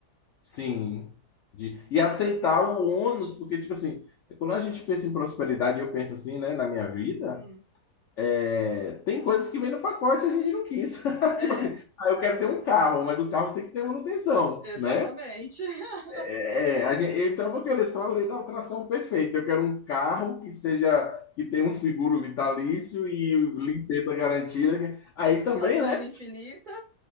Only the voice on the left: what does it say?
Sim. De, e aceitar o ônus, porque, tipo assim, quando a gente pensa em prosperidade, eu penso assim, né, na minha vida,
é, tem coisas que vêm no pacote e a gente não quis. <laughs>
Tipo assim, ah, eu quero ter um carro, mas o carro tem que ter manutenção,
né?
É, a gente- então eu vou querer só a lei da atração perfeita. Eu quero um carro que seja que tenha um seguro vitalício e limpeza garantida. Aí também,
né?